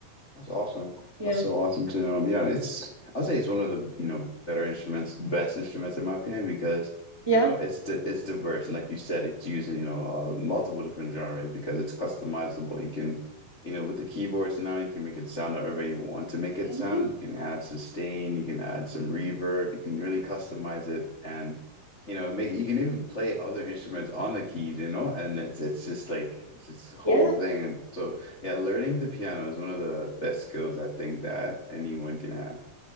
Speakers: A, on the left (about 50°); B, on the right (about 20°).
A: That's awesome.
B: Yeah.
A: That's so awesome to know. Yeah, it's I'll say it's one of the, you know, better instruments, best instruments in my opinion because,
B: Yeah.
A: you know, it's di it's diverse and like you said, it's using, you know, uh, multiple different genres because it's customizable. You can, you know, with the keyboards now, you can make it sound however you want to make it
B: Mhm.
A: sound. You can add sustain, you can add some reverb, you can really customize it and you know, make you can even play other instruments on the keys, you know, and it's it's just like it's this whole
B: Yeah.
A: thing. so yeah, learning the piano is one of the best skills I think that anyone can have.